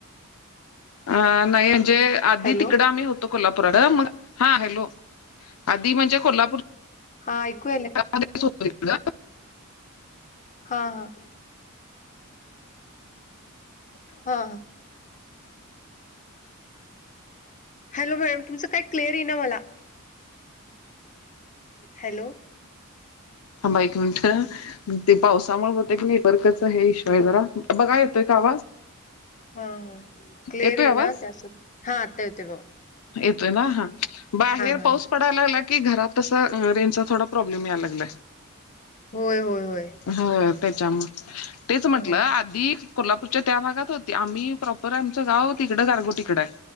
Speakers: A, on the left; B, on the left.
A: अ नाही म्हणजे आधी
B: हॅलो
A: तिकडं आम्ही होतो, तो कोल्हापुरात मग, हा हॅलो, आधी म्हणजे कोल्हापूर
B: हा ऐकू यायलं.
A: <unintelligible>
B: हा हा. हां. हॅलो मॅम, तुमचं काय क्लिअर येईना मला. हॅलो,
A: थांबा एक मिनट. ते पावसामुळे होत की नेटवर्कचा हे इश्यू आहे जरा. बघा येतोय का आवाज?
B: हां हां. क्लेअर
A: येतोय
B: येईना
A: आवाज?
B: त्यासाठी, हा आता येतोय बघा.
A: येतोय ना? हा. बाहेर
B: हा
A: पाऊस पडत पडाय लागला की, घारात तस रेंज चा थोडा प्रॉब्लेम याय लागला.
B: होय होय होय.
A: होय तेच्यामुळ. तेच म्हंटलं
B: अ
A: आधी कोल्हापूरच्या त्या भागात होती. आम्ही प्रॉपर आमचं गाव तिकड गारगोटीकड आहे.